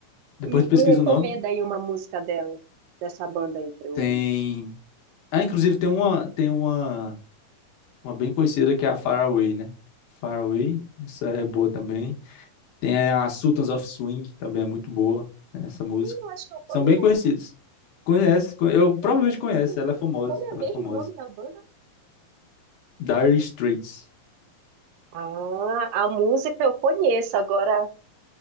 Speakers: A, on the left (about 75°); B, on the right (about 80°).
A: Depois
B: Me,
A: de pesquisa
B: me recomenda
A: o nome,
B: aí uma música dela, dessa banda aí pra eu
A: tem.
B: ouvir.
A: Ah, inclusive tem uma, tem uma, uma bem conhecida que é a Faraway, né? Faraway, essa é boa também. Tem a Sultans of Swing, que também é muito boa, né, essa música.
B: Ih, Eu acho que eu conheço,
A: São bem conhecidas. Conhece, con- eu provavelmente
B: conheço
A: conheço,
B: sim.
A: ela é famosa,
B: Como é
A: ela
B: mesmo
A: é famosa.
B: o nome da banda?
A: Dire Straits.
B: Ah, a música eu conheço, agora